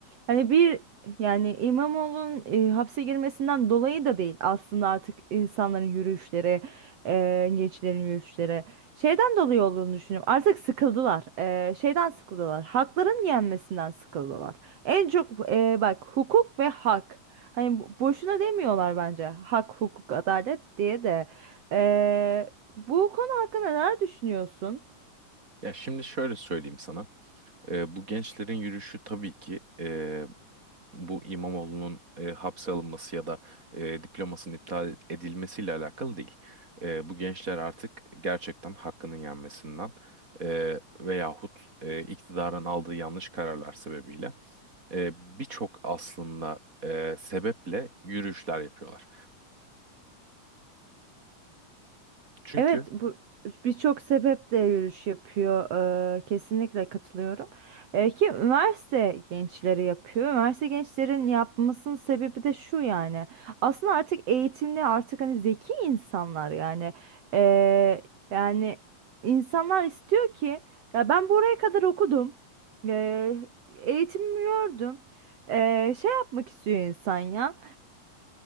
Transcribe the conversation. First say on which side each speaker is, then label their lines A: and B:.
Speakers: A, on the right (about 50°); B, on the right (about 25°).
A: hani bir yani İmamoğlu'nun e, hapse girmesinden dolayı da değil aslında artık insanların yürüyüşleri, e, gençlerin yürüyüşleri. Şeyden dolayı olduğunu düşünüyorum. Artık sıkıldılar. Ee, şeyden sıkıldılar. Hakların yenmesinden sıkıldılar. En çok e, bak hukuk ve hak. Hani bo- boşuna demiyorlar bence hak, hukuk, adalet diye de. Ee, bu konu hakkında neler düşünüyorsun?
B: Ya şimdi şöyle söyleyeyim sana. Ee, bu gençlerin yürüyüşü tabii ki e, bu İmamoğlu'nun e, hapse alınması ya da e, diplomasının iptal edilmesiyle alakalı değil. E, bu gençler artık gerçekten hakkının yenmesinden e, veyahut e, iktidarın aldığı yanlış kararlar sebebiyle e, birçok aslında e, sebeple yürüyüşler yapıyorlar. Çünkü
A: Evet, bu birçok sebeple yürüyüş yapıyor. Eee, kesinlikle katılıyorum. Eee, ki üniversite gençleri yapıyor. Üniversite gençlerin yapmasının sebebi de şu yani. Aslında artık eğitimli, artık hani zeki insanlar yani. Eee, yani insanlar istiyor ki ya ben buraya kadar okudum. Eee eğitimimi gördüm. Eee, şey yapmak istiyor insan ya.